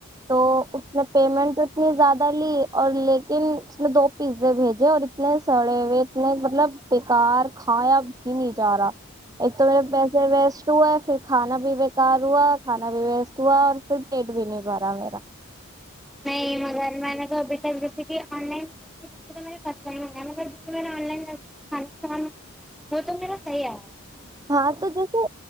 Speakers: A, on the right (about 15°); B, in the centre.
A: تو اس نے پیمنٹ اتنی زیادہ لی اور لیکن اس نے دو پیزے بھیجے اور اتنے سڑے ہوئے اتنے مطلب بیکار کھایا ہی نہیں جا رہا ایک تو میرے پیسے ویسٹ ہوئے ہے پھر کھانا بھی بےیکار ہوا کھانا بھی ویسٹ ہوا اور پھر پیٹ بھی نہیں بھرا ا ویرا
B: نہیں مگر میں نے تو ابھی جیے آن لائن ٹ منگایا مگر جو نے آن لائن وہ تو میرا صحی آ رہا ہے
A: ہاں تو جیسے